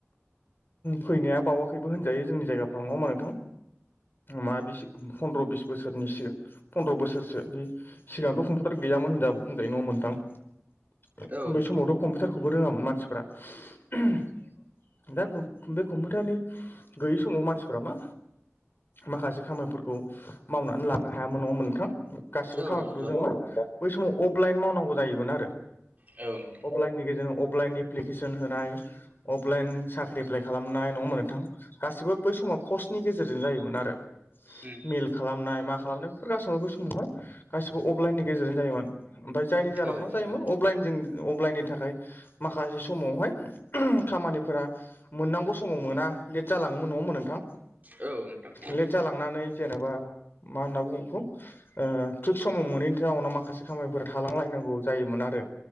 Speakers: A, on the left (about 50°); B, on the right (about 35°).
A: फैनाया बावाखैबो होनजायो जोंनि जायगाफ्राव नङा होमबा नोंथां। मा बिसि फन्द्र' बिस बोसोरनिसो सिगां फन्द्र' बोसोरसोनि सिगांथ' कम्पिउटार गैयामोन होन बुंजायो नङा होमबा नोंथां।
B: औ
A: बै
B: नोंथां
A: समावथ' कम्पिउटारखौबो रोङामोन मानसिफ्रा ओहोम। दा कम बे कम्पिउटारनि गैयै समाव मानसिफ्रा मा माखासे खामानिफोरखौ मावनानै लानो हायामोन नङा होमबा नोंथां। गासिबो
B: औ
A: खामानिफोरखौ
B: नोंथां
A: जोंङो बै समाव अफलाइन मावनांगौ जायोमोन आरो।
B: औ नोंथां
A: अफलाइननि गेजेरजों अफलाइन एप्लिकेसन होनाय अफलाइन साख्रि एप्लाइ खालामनाय नङा होमबा नोंथां। गासिबो बै समाव पस्टनि गेजेरजों जायोमोन आरो।
B: उम
A: मेल खालामनाय मा खालामनाय बेफोर गासैबो बै समावहाय गासिबो अफलाइननि गेजेरजों जायोमोन ओमफ्राय जायनि जाउनाव
B: औ
A: मा
B: नोंथां
A: जायोमोन अफलाइन जों अफलाइननि थाखाय माखासे समावहाय ओहोम खामानिफोरा मोननांगौ समाव मोना लेट जालाङोमोन नङामोन नोंथां?
B: औ नोंथां औ नोंथां औ नोंथां
A: लेट जालांनानै जेनेबा मा होनना बुंङो बेखौ? ओ थिग समाव मोनैनि जाउनाव माखासे खामानिफोरा थालांलायनांगौ जायोमोन आरो।